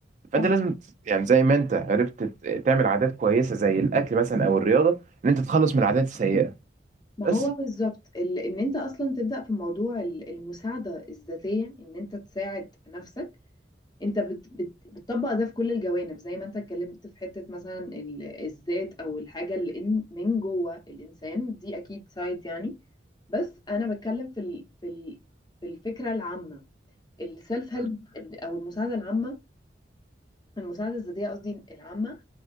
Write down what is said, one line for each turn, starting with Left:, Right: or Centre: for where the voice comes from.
Right: فانت
Left: آه.
Right: لازم ت- يعني زي ما انت عرفت ت- تعمل عادات كويسه زي الاكل مثلا او الرياضه ان انت تتخلص من العادات السيئه
Left: ما
Right: بس
Left: هو بالظبط ال- ان انت اصلا تبدا في موضوع ال- المساعده الذاتيه ان انت تساعد نفسك انت بت بت بتطبق ده في كل الجوانب زي ما انت اتكلمت في حته مثلا ال- الذات او الحاجه اللي إن- من جوه الانسان دي اكيد سايد يعني بس انا بتكلم في ال في ال في الفكره العامه السيلف
Right: مم.
Left: هيلب او المساعده العامه المساعده الذاتيه قصدي العامه